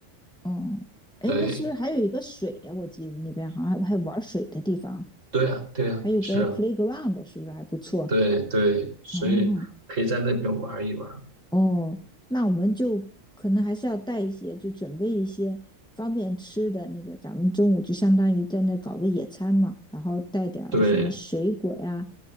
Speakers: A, in the centre; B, on the right (about 70°).
A: 哦，哎，
B: 对，
A: 那是不是还有一个水呀？我记得那边好像还还玩水的地方。
B: 对啊，对啊，
A: 还有个
B: 是啊，
A: playground 是不是还不错？
B: 对对，所以可以在那边玩一玩。
A: 哦哦，那我们就可能还是要带一些，就准备一些方便吃的那个。咱们中午就相当于在那搞个野餐嘛，然后带点什么水果呀，
B: 对。